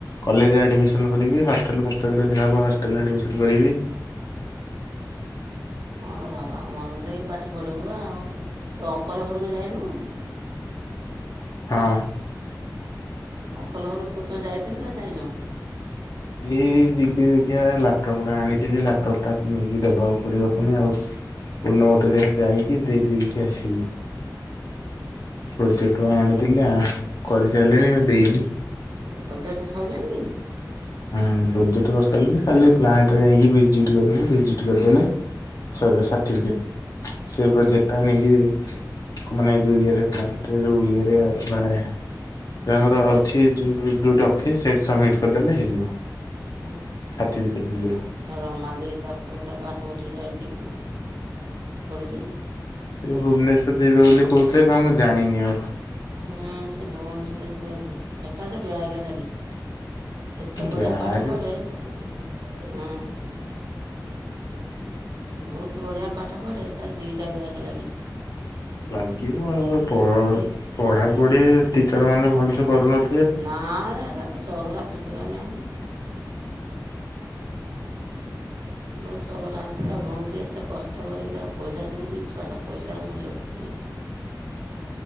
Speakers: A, on the left; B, on the right.
A: କଲେଜ ଆଡ଼ମିସନ୍ କରିବି ହଷ୍ଟେଲ ଫଷ୍ଟେଲ୍ ଯଦି ହେବ ହଷ୍ଟେଲରେ ଆଡ଼ମିସନ୍ କରିବି।
B: ହଁ ବାବା ମନ ଦେଇକି ପାଠ ପଢ଼ିବୁ ଆଉ ତ ଅଙ୍କଲ ଘରକୁ ଯାଇନୁ?
A: ହଁ।
B: ଅଙ୍କଲ ଘର କୁ କୋଉଦିନ ଯାଇଥିଲୁ ନା ଯାଇନୁ?
A: ଏଇ ଯିବି ଦେଖଆ ଲ୍ୟାପଟପ ଟା ଆଣିଥିଲି ଲ୍ୟାପଟପ ଟା ନେଇକି ଦବା କି ପଡିବ ଫୁଣି ଆଉ। କୋଉଦିନ ଗୋଟେ ଦେଖା ଯାଇକି ଦେଇ ଦେଇେଇକି ଆସିବି। ପ୍ରୋଜେକ୍ଟ ପାଇଁ ଆଣିଥିଲି ଆ କରିସାରିଲିଣି ଦେଇନି।
B: ପ୍ରୋଜେକ୍ଟ ସରିଲାଣି କି?
A: ହଁ ପ୍ରୋଜେକ୍ଟ କରିସାରିଲଣି ଖାଲି ପ୍ଲାଣ୍ଟରେ ଯାଇକି ଭିଜିଟ୍ କରିନି ଭିଜିଟ୍ କରିଦେଲେ ସଇଲା ସାର୍ଟିଫିକେଟ ସେ ପ୍ରୋଜେକ୍ଟଟା ନେଇକି ମାନେ ଯୋଉ ଇଏ ପ୍ଲାଣ୍ଟରେ ଯୋଉ ଇଏରେ ମାନେ ସେ ଆମର ଅଛି ଯୋଉ ଅଫିସ୍ ସେଇଠି ସମିଟ୍ କରିଦେଲେ ହେଇଯିବ।
B: କି
A: ସାର୍ଟିଫିକେଟ୍ ମିଳିବ।
B: ହଁ ରମା ଦେଇ ତା ପୁଅଟା ପା କୋଉଠି ଯାଇଚି କରୁଚି?
A: ଭୁବନେଶ୍ଵର ଯିବେ ବୋଲି କହୁଥିଲେ କଣ ମୁଁ ଜାଣିନି ଆଉ।
B: ହୁଁ ସେ ଭୁବନେଶ୍ୱରରେ ଯାଇଚି ହେଟାରେ ବ୍ୟାକ୍ ଲାଗିଚି। ଏତେ ବଢିଆ
A: ବ୍ୟାଗ
B: ପାଠ ପଢ଼େ ହଁ। ବହୁତ ବଢ଼ିଆ ପାଠ ପଢ଼େ ତାର ଦୁଇଟା ବ୍ୟାକ୍ ଲାଗିଚି।
A: ଲାଗିବ ଆଉ ପ୍ ପଢାପଢି ଟିଚର ମାନେ ଭଲସେ କରୁନଥିଲେ
B: ନା ବେ ସେଟା ଚଗଲା ଫେଚକାମିଆ ହେ ବହୁତ ଚଗଲା ହେଉଚି ତା ଭଉଣି ଟି ଏତେ କଷ୍ଟ କରିକି ତାକୁ ପଇସା ଦଉଚି ଏ ଛୁଆ ଟା ପଇସାର ମୂଲ୍ୟ କିଛି ବୁ